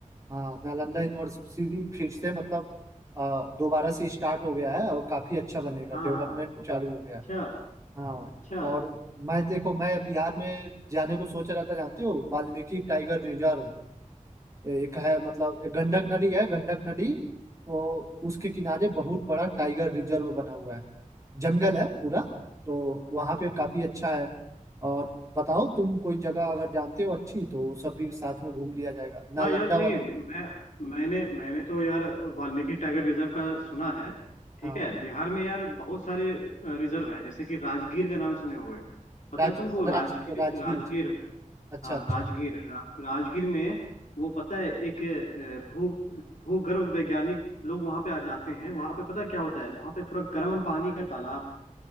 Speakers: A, on the right; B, on the left.
A: हाँ नालंदा यूनिवर्सिटी फिर से मतलब अ, दोबारा से स्टार्ट हो गया है और काफी अच्छा बनेगा
B: हाँ
A: डेवलपमेंट
B: हाँ
A: चालू हो गया
B: अच्छा
A: है हाँ
B: अच्छा
A: और मैं देखो मैं बिहार में जाने को सोच रहा था जानते हो वाल्मीकि टाइगर रिजर्व एक है मतलब एक गंडक नदी है गंडक नदी तो उसके किनारे बहुत बड़ा टाइगर रिजर्व बना हुआ है जंगल है पूरा तो वहां पे काफी अच्छा है और बताओ तुम कोई जगह अगर जानते हो अच्छी तो वो सब भी साथ में घूम लिया जाएगा नालंदा
B: हाँ यार नहीं
A: वाला
B: मैं मैंने मैंने तो यार वाल्मीकि टाइगर रिजर्व का सुना है ठीक
A: हाँ
B: है बिहार में यार बहुत सारे रिजर्व है जैसे कि राजगीर का नाम सुने होंगे पता
A: राज
B: है तुमको
A: राज
B: राजगीर
A: राजगीर
B: राजगीर
A: अच्छा
B: हाँ
A: अच्छा
B: राजगीर है रा, राजगीर में वो पता है एक अ, भू भूगर्भ वैज्ञानिक लोग वहां पे आ जाते हैं वहां पे पता है क्या होता है वहां पे पूरा गर्म पानी का तालाब है